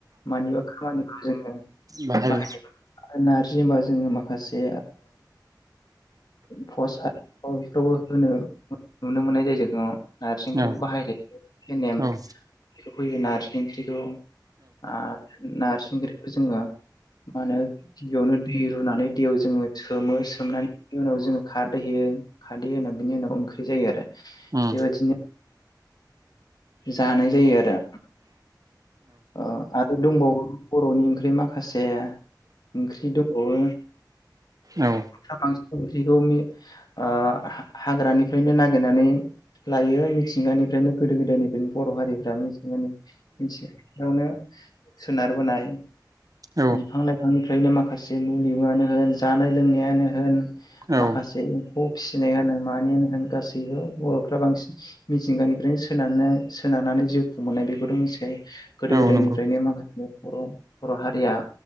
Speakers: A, on the left; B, on the right.
A: मानिबा खामानिखौ जोङो
B: बाहायो
A: बाहायनाय <unintelligible> जेन'बा जोङो माखासे भस आरि बेफोरावबो होनो नुनो मोननाय जायो नार्जि ओंख्रिखौ
B: औ
A: बाहायो बे नेम
B: औ
A: होयो नार्जि ओंख्रिखौ आरो नार्जि ओंख्रिखौ जोङो माहोनो गिबियावनो दै रुनानै दैयाव जोङो सोमो सोमनानै उनाव जोङो खारदै होयो खारदै होना बिनि उनाव बे जायो आरो।
B: उम
A: बेबादिनो
B: औ
A: जानाय जायो आरो उह आरो दंबावो बर'नि ओंख्रि माखासे माखासे ओंख्रि दंबावो
B: औ
A: बांसिन ओंख्रिखौ मि उह हा हाग्रानिफ्रायनो नागिरनानै लायो मिथिंगानिफ्रायनो गोदो गोदायनि बर' हारिफ्रा <unintelligible> सोनारबोनाय
B: औ
A: बिफां लाइफांनि फ्रायनो माखासे मुलिुआनो होन जानाय लोंनायानो होन
B: औ
A: माखासे
B: औ
A: एमफौ फिसिनायानो मानियानो होन गासै बियाव बर'फ्रा बांसिन मिथिंगानिफ्रायनो सोनारनो सोनारनानै जिउ खुंबोनाय बेखौथ' मोनथिखायो
B: औ
A: गोदो गोदायनिफ्रायनो
B: नंगौ
A: माखासे बर' बर' हारिआ